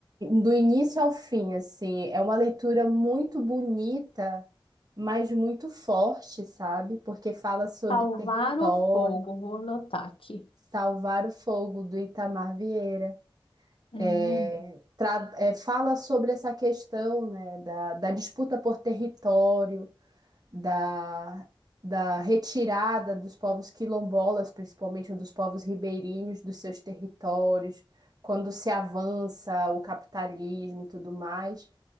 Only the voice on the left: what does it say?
Salvar
o Fogo, vou anotar aqui.
Uhum.